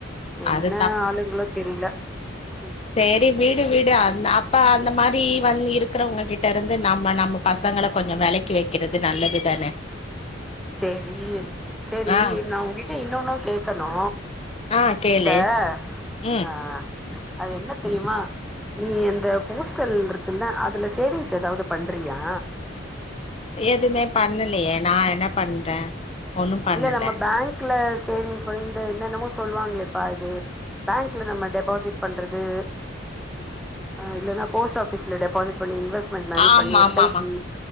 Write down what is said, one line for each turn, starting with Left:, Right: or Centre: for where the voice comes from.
Centre: என்ன
Left: அது
Centre: ஆளுங்களோ தெரில உம் உம்
Left: சேரி விடு விடு அந்த அப்ப அந்த மாறி வந் இருக்கிறவங்ககிட்ட இருந்து நம்ம நம்ம பசங்கள கொஞ்சோ விலக்கி வெக்கறது நல்லது தானே
Centre: சேரி சேரி
Left: ஆ
Centre: நா உங்ககிட்ட இன்னொன்னும் கேக்கணு
Left: ஆ கேளு
Centre: இந்த
Left: ம்
Centre: ஆ அது என்ன தெரியுமா நீ அந்த போஸ்டல் இருக்குல்ல அதுல சேவிங்ஸ் ஏதாவது பண்றியா
Left: எதுமே பண்ணலையே நா என்ன பண்றே ஒண்ணு பண்ணல
Centre: இல்ல நம்ம பேங்க்ல சேவிங்ஸ் விட இந்த என்னென்னமோ சொல்லுவாங்களேப்பா அது பேங்க்ல நம்ம டெபாசிட் பண்றது இலன்னா போஸ்ட் ஆபீஸ்ல டெபாசிட் பண்ணி இன்வெஸ்ட் <unintelligible> மாரி
Left: ஆமா
Centre: பண்ணி எஸ்
Left: ஆமா
Centre: ஐ பி
Left: ஆமா